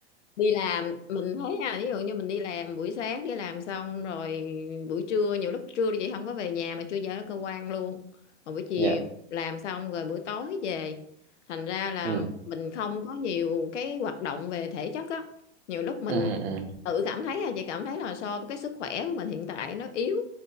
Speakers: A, on the left; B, on the right.
A: đi làm mình thấy nha ví dụ như mình đi làm buổi sáng đi làm xong rồi buổi trưa nhiều lúc trưa thì chị không có về nhà mà trưa giờ ở cơ quan luôn rồi buổi chiều
B: dạ
A: làm xong rồi buổi tối về thành ra là
B: ừ
A: mình không có nhiều cái hoạt động về thể chất á nhiều lúc mình
B: ừ ừ
A: tự cảm thấy là chị cảm thấy là so với cái sức khỏe của mình hiện tại nó yếu